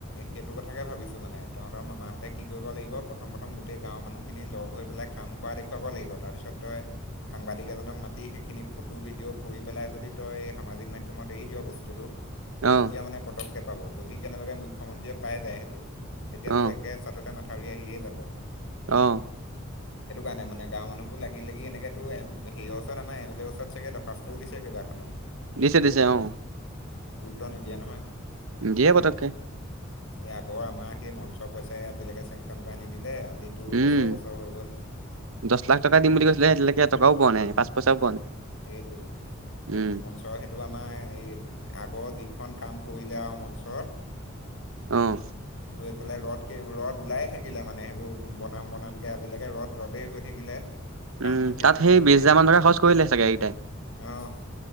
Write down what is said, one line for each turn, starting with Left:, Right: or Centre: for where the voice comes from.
Left: সেইটো কথাকে ভাবিছো মানে তহঁতৰ মামাহঁতে কি কৰিব লাগিব প্ৰথম প্ৰথম গোটেই গাঁৱৰ মানুহ লগ হৈ পেলাই কাম কৰা দেখুৱাব লাগিব তাৰপিছত তই সাংবাদিক এজনক মাতি সেইখিনি ফটো ভিডিঅ কৰি পেলাই যদি তই সামাজিক মাধ্যমত এৰি দিয় বস্তুতটো
Right: অ
Left: তেতিয়া মানে পতক্ষেপ পাব যদি কেনেবাকৈ মুখ্যমন্ত্ৰীয়ে পাই যায় সেইটো তেতিয়াতো
Right: অ
Left: একে চাটতে মাথাউৰি আহিয়ে যাব।
Right: অ'।
Left: সেইটো কাৰণে মানে গাঁওৰ মানুহবোৰ লাগি লাগি এনেকেত এ হেৰিয়ৰ ওচৰত আমাৰ এম এল ৰ ওচৰত চাগে দখাস্তও দিছে কিবা কোনো।
Right: দিছে দিছে অ'।
Left: ত নিদিয়ে নহয়,
Right: দিয়ে পতককে
Left: সে আগৰ আমাৰ সেই ম প পইচাই আজিলৈকে চেংচন কৰাই নিদিলে আজিতো
Right: উম,
Left: বছৰ বছৰ হৈ গ'ল
Right: দচ লাখ টকা দিম বুলি কৈছিলে সেইতিলৈকে এটকাও পোৱা নাই পাঁচ পইচাও পোৱা নাই।
Left: সেইটোৱেই
Right: উম
Left: মঞ্চ সেইটো আমাৰ এই আগৰ যিখন কাম কৰিলে আৰু মঞ্চৰ
Right: অ'।
Left: ত' এইফালে ৰদক ৰদ ওলে থাকিলে মানে সেইবোৰ বনাম বনামকে আজিলৈকে ৰ'দ ৰ'দেই হৈ থাকিলে। কামটো
Right: উম
Left: শেষ
Right: তাত
Left: নহ'লেই
Right: সেই বিশ হাজাৰ মান টকা খৰচ কৰিলে চাগে কেইটাই।
Left: অঁ